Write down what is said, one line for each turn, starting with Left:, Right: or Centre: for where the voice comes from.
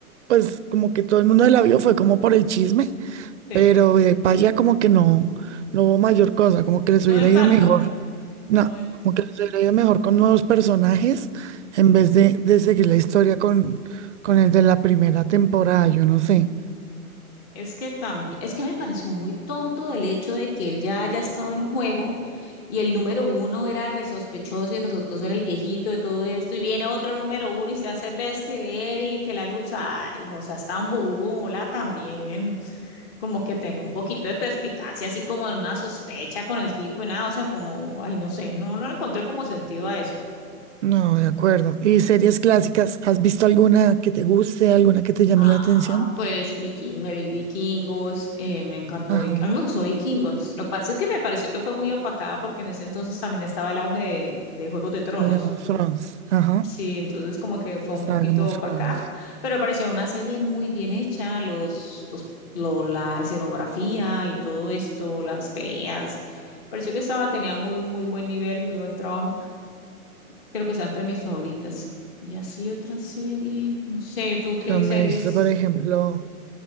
Right: pues como que todo el mundo la vio fue como por el chisme
Left: Sí.
Right: pero eh, para allá como que no, no hubo mayor cosa, como que les
Left: No
Right: hubiera
Left: impacto.
Right: ido mejor, no,
Left: no
Right: como que les hubiera ido mejor con nuevos personajes en vez de, de seguir la historia con, con el de la primera temporada, yo no sé.
Left: Es que también, es que me pareció muy tonto el hecho de que él ya haya estado en un juego y el número uno era resospechoso y resultó ser el viejito de todo esto y viene otro número uno y se hace bestia de él y que la lucha, ay, no seas tan bola también, como que tenga un poquito de perspicacia, así como en una sospecha con el tipo y nada, o sea, como, ay, no sé, no, no le encontré como sentido a eso.
Right: No, de acuerdo. ¿Y series clásicas? ¿Has visto alguna que te guste, alguna que te llame
Left: Ah,
Right: la atención?
Left: pues Viking, me vi Vikingos, eh, me encantó.
Right: Ajá,
Left: Vik- A mí me gustó Vikingos. Lo que pasa es que me pareció que fue muy opacada porque en ese entonces también estaba el auge de, de Juegos de Tronos.
Right: de Game of Thrones. Ajá,
Left: Sí, entonces como que fue un
Right: está
Left: poquito
Right: Game of
Left: opacada,
Right: Thrones.
Left: pero me pareció una serie muy bien hecha, los, los, lo- la escenografía y todo esto, las peleas. Pareció que estaba, tenía muy, muy buen nivel, muy buen trabajo. Creo que está entre mis favoritas. Y así otra serie, no sé, ¿tú qué
Right: Yo me
Left: series?
Right: he visto, por ejemplo,